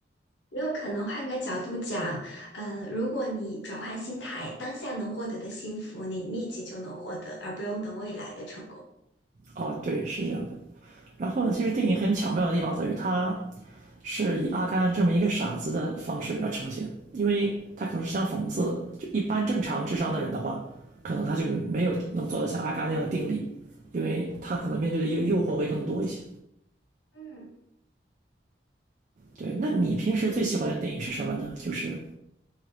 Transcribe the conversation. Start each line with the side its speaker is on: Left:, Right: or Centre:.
Left: 没有可能换个角度讲，嗯，如果你转换心态，当下能获得的幸福，你立即就能获得，而不用等未来的成功。
Right: 哦，对，是这样的。然后呢，其实电影很巧妙的地方在于，它是以阿甘这么一个傻子的方式来呈现，因为他可能是想讽刺，就一般正常智商的人的话，可能他就没有能做到像阿甘那样的定力，因为他可能面对的诱诱惑会更多一些。
Left: 嗯嗯，
Right: 对，那你平时最喜欢的电影是什么呢？
Left: 关注
Right: 就是